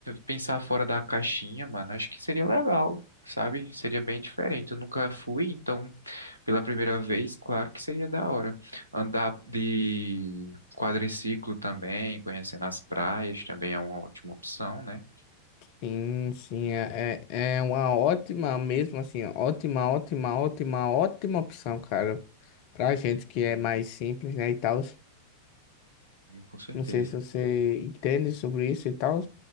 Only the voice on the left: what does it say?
Sim, sim, é, é é uma ótima mesmo, assim, ótima, ótima, ótima, ótima opção, cara, pra gente que é mais simples, né, e tal.
Não sei se você entende sobre isso e tal.